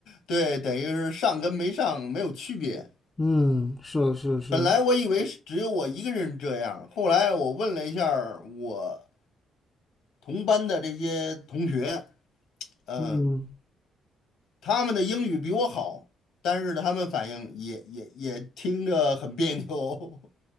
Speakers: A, on the left; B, on the left.
A: 对，等于是上跟没上没有区别。
B: 嗯，是是是，
A: 本来我以为是只有我一个人这样，后来我问了一下儿我同班的这些同学，嗯，
B: 嗯，
A: 他们的英语比我好，但是他们反应也也也听着很别扭，